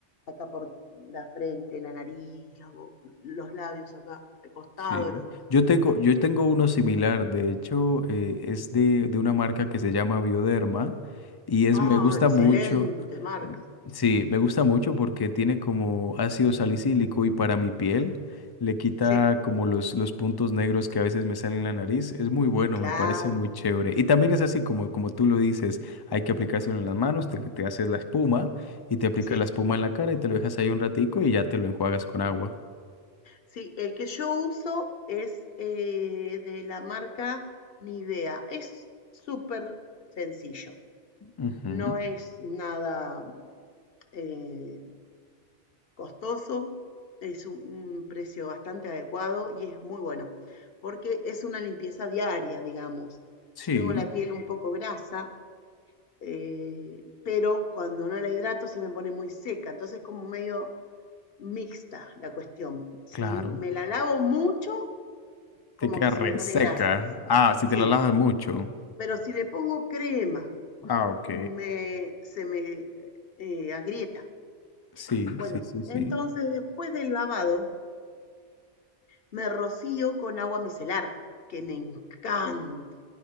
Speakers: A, on the left; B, on the left.
A: acá por la frente, la nariz, la boca, los labios acá, al costado.
B: Sí,
A: los labios.
B: yo tengo, yo tengo uno similar, de hecho, eh, es de, de una marca que se llama Bioderma y es,
A: Ah,
B: me gusta
A: excelente
B: mucho,
A: marca.
B: mm, sí, me gusta mucho porque tiene como ácido salicílico y para mi piel le quita
A: Sí,
B: como los, los puntos negros que a veces me salen en la nariz, es muy bueno,
A: claro.
B: me parece muy chévere. Y también es así como, como tú lo dices, hay que aplicárselo en las manos, te, te haces la espuma y te aplicas
A: Sí,
B: la espuma en la cara y te lo dejas ahí un ratico y ya te lo enjuagas con agua.
A: sí, el que yo uso es eh, de la marca Nivea. Es súper sencillo,
B: Ujú.
A: no es nada eh, costoso, es un, un precio bastante adecuado y es muy bueno, porque es una limpieza diaria, digamos.
B: Sí.
A: Yo tengo la piel un poco grasa, eh, pero cuando no la hidrato se me pone muy seca, entonces como medio mixta la cuestión. Si
B: Claro,
A: me la lavo mucho, como
B: te queda
A: que
B: reseca.
A: se me pone grasa.
B: Ah, si
A: Sí,
B: te la lavas mucho.
A: pero si le pongo crema,
B: Ah, ok.
A: me, se me eh, agrieta.
B: Sí,
A: Bueno,
B: sí, sí, sí.
A: entonces después del lavado, me rocío con agua micelar, que me encanta.